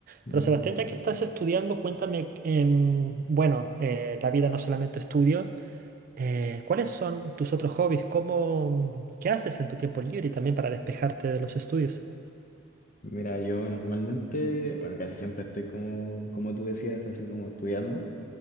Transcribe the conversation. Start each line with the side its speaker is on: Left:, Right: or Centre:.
Left: Mm.
Right: Pero Sebastián, ya que estás estudiando, cuéntame, em, bueno, eh, la vida no solamente estudio, eh, ¿cuáles son tus otros hobbies? ¿Cómo, qué haces en tu tiempo libre y también para despejarte de los estudios?
Left: Mira, yo normalmente, bueno, casi siempre estoy como, como tú decías, así como estudiando.